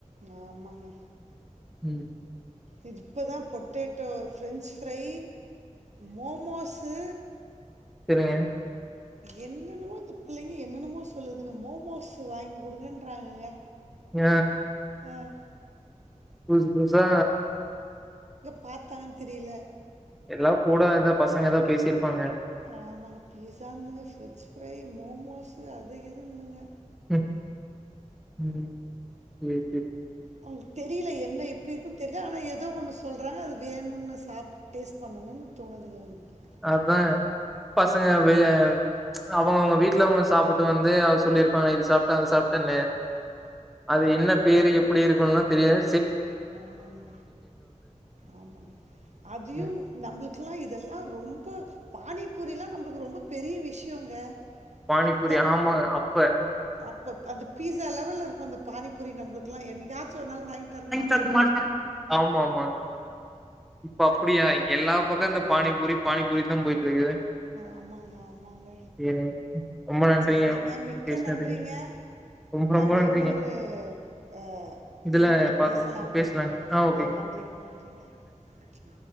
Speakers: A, on the right; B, in the centre.
A: ஆமாங்க
B: உம்
A: இதுப்பதா பொட்டேட்டோ பிரஃரெஞ்சு ஃப்ரை மோமோஸ் தூ
B: செரிங்க
A: என்னென்னமோ இந்த பிள்ளைங்க என்னென்னமோ சொல்லுதுங்க மோமோஸ் வாங்கி குடுங்கன்றாங்கங்க
B: ஹ
A: அஹ்
B: புதுசு புதுசா
A: பாத்தாங்கன்னு தெரியல
B: எல்லா கூட ஏதா பசங்க ஏதா பேசியிருப்பாங்க
A: ஆமாங்க பீசானதுங்க பிரெஞ்சு ஃப்ரை மோமோஸ் அது இதுன்னுதுங்க
B: உம் உம் <unintelligible>
A: அவங்களுக்கு தெரியல என்ன எப்டி இருக்குன்னு தெரியலது ஆனா ஏதோ ஒன்னு சொல்கிறாங்க அது வேணும்ணு சாப்படு டேஸ்ட் பண்ணணும்னு தோணுதுங்க எங்களுக்கு
B: அததாங்க பசங்க வே அவங்க அவங்க வீட்டுல அவங்க சாப்பிட்டு வந்து அவ சொல்லிருப்பாங்க இது சாப்பிட்ட அது சாப்பிட்டான்னு அது என்ன பேரு எப்டி இருக்கு தெரியது
A: ஆமாங்க ஆமாங்க அதையு
B: ம்.
A: நம்மளுக்குல்லா இத் இதெல்லா ரொம்ப பானிபூரில்லா நம்மளுக்கு ரொம்ப பெரிய விஷயங்க
B: பானிபூரி
A: அப்ப
B: ஆமா அப்ப
A: அப்ப அது பீஸாலெவல் இருக்கு அந்த பானிபூரி நம்மளுக்கு எல்லா என்னைக்காச்சு ஒரு நாள் வாங்கி தரமாட்ட
B: <unintelligible> ஆமா ஆமா இப்ப அப்டியா எல்லா பக்கோ இந்த பானிபூரி பானிபூரி தா போயிட்டு இருக்குது
A: ஆமாங்க ஆமாங்க
B: சேரிங்க ரொம்ப நன்றிங்க
A: செரிங்க மிக்க
B: பேசுனதுக்கு
A: நன்றிங்க
B: ரொம்ப
A: நம்ப
B: ரொம்ப நன்றிங்க
A: இன்னொரு ஆ
B: இதுல
A: இணைப்புல
B: பாக்கலா
A: பேசலாங்க
B: ஓகேங்க
A: ஆ நன்றிங்க நன்றிங்க